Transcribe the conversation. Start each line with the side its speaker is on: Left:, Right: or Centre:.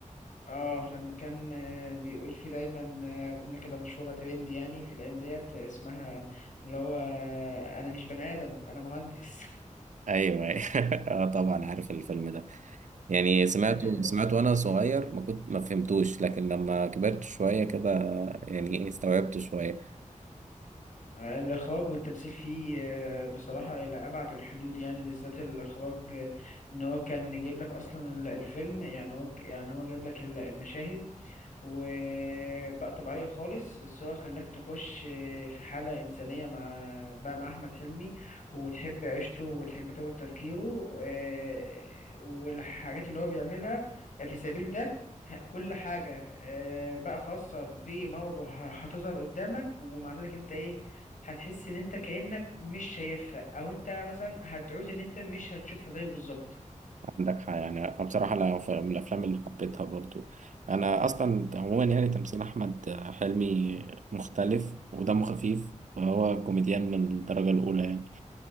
Left: اه لما كان آه، بيقول فيه دايما آه، جملة كده مشهورة ترند يعني في الايام ديت آه، اسمها اللي هو آه، انا مش بني ادم انا مهندس
Right: ايوه ايوه <laughs> اه طبعا عارف الفيلم ده يعني سمعته
Left: <laughs>
Right: سمعته وانا صغير ما كنت ما فهمتوش لكن لما كبرت شويه كده يعني إيه، استوعبته شويه
Left: آه، الإخراج والتمثيل فيه آه، بصراحة إلى أبعد الحدود يعني بالذات الإخراج آه، إن هو كان جايب لك أصلا ال- الفيلم يعني هو ك- يعني هو جايب لك ال- المشاهد وبقى طبيعية خالص بس هو خلاك تخش في حالة إنسانية مع بقى مع أحمد حلمي وتحب عيشته وتحب طريقة تفكيره آه، والحاجات اللي هو بيعملها في سبيل ده ه- كل حاجة آه، بقى خاصة بمرضه ه- هتظهر قدامك ومع ذلك انت ايه هتحس ان انت كأنك مش شايفها او انت مثلا هتعوز ان انت مش هتشوفها زيه بالظبط
Right: عندك حق يعني انا بصراحه لا ف- من الافلام اللي حبيتها برضو انا اصلا عموما يعني تمثيل احمد حلمي مختلف ودمه خفيف فهو كوميديان من الدرجه الاولى يعني